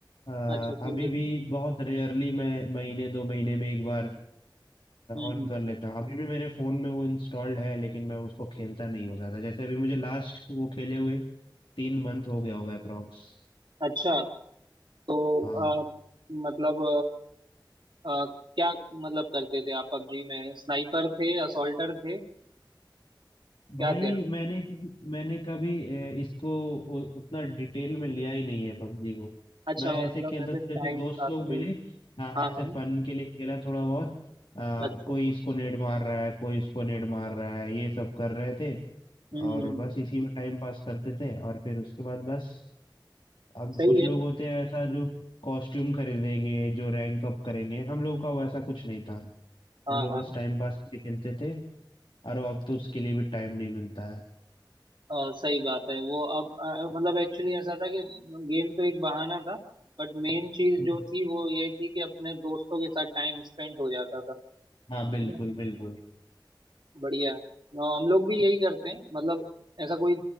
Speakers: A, on the left; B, on the right.
A: आ,
B: अच्छा खेल
A: अभी
B: रहे
A: भी
B: हो।
A: बहुत रेयरली मैं महीने दो महीने में एक बार
B: हम्म
A: ऑन
B: हम्म
A: कर लेता हूँ अभी भी मेरे फोन में वो इंस्टॉल्ड है लेकिन मैं उसको खेलता नहीं हो जाता जैसे अभी मुझे लास्ट वो खेले हुए तीन मंथ हो गया होगा अप्रोक्स
B: अच्छा तो
A: हाँ
B: अ, मतलब अ, अ, क्या मतलब करते थे आप पबजी में स्नाइपर थे असॉल्टर थे
A: भाई
B: क्या थे आप
A: मैंने कभी मैंने कभी अ, इसको उ- उतना डिटेल में लिया ही नहीं है पबजी को
B: अच्छा
A: मैं
B: मतलब
A: ऐसे खेलता
B: ऐसे
A: था
B: टाइम
A: जैसे दोस्त
B: पास
A: लोग
B: के
A: मिले
B: लिए
A: हाँ
B: हाँ
A: ऐसे
B: हाँ
A: फन के लिए खेला थोड़ा बहुत अ,
B: अच्छा
A: कोई इसको नेड मार रहा है कोई इसको नेड मार रहा है ये सब कर रहे थे
B: हम्म
A: और बस इसी में टाइम पास करते थे और फिर उसके बाद बस अब
B: सही
A: कुछ
B: है
A: लोग होते हैं ऐसा जो कॉस्ट्यूम खरीदेंगे जो रैंक अप करेंगे हम लोग का वैसा कुछ नहीं था
B: हाँ
A: हम लोग
B: हाँ
A: बस टाइम पास के लिए खेलते थे अरे अब तो उसके लिए भी टाइम नहीं मिलता है
B: अ, सही बात है वो अब अ, मतलब एक्चुअली ऐसा था कि गेम तो एक बहाना था बट मेन चीज
A: हम्म,
B: जो थी वो ये थी कि अपने दोस्तों के साथ टाइम स्पेंड हो जाता था
A: हाँ बिल्कुल
B: है ना
A: बिल्कुल
B: बढ़िया है हाँ, हम लोग भी यही करते हैं मतलब ऐसा कोई